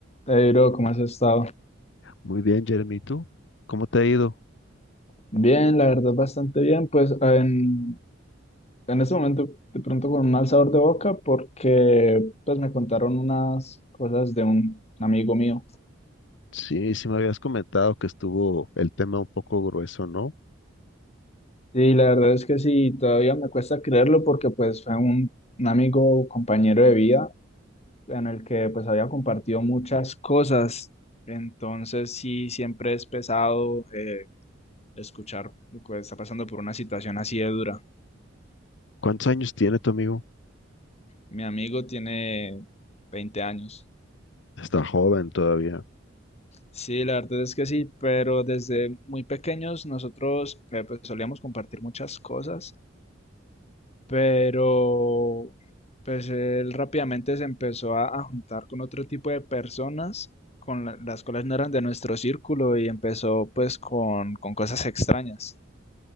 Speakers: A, on the left; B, on the left.
A: Hey, bro, ¿cómo has estado?
B: Muy bien, Jeremy, ¿y tú? ¿Cómo te ha ido?
A: Bien, la verdad, bastante bien. Pues en, en este momento, de pronto con un mal sabor de boca, porque pues me contaron unas cosas de un amigo mío.
B: Sí, sí me habías comentado que estuvo el tema un poco grueso, ¿no?
A: Y la verdad es que sí, todavía me cuesta creerlo porque pues fue un, un amigo, compañero de vida, en el que pues había compartido muchas cosas. Entonces sí, siempre es pesado eh, escuchar que está pasando por una situación así de dura.
B: ¿Cuántos años tiene tu amigo?
A: Mi amigo tiene 20 años.
B: Está joven todavía.
A: Sí, la verdad es que sí, pero desde muy pequeños nosotros eh, pues solíamos compartir muchas cosas, pero pues él rápidamente se empezó a, a juntar con otro tipo de personas con la- las cuales no eran de nuestro círculo y empezó pues con, con cosas extrañas.